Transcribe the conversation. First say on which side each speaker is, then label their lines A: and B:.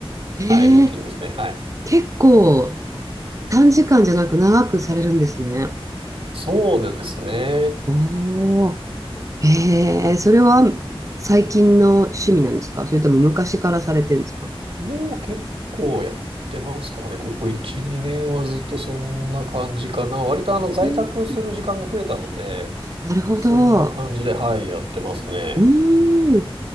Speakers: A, on the right; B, on the right.
A: ええ、
B: はい、ルーティンですね。はい。
A: 結構短時間じゃなく長くされるんですね。
B: そうですね。
A: おお、ええ、それは最近の趣味なんですかそれとも昔からされてるんですか
B: もう結構やってますかね。ここ1、2年はずっとそんな感じかな。割とあの在宅する時間が増えたので、
A: うんなるほど。
B: そんな感じで、はい、やってますね。
A: うーん。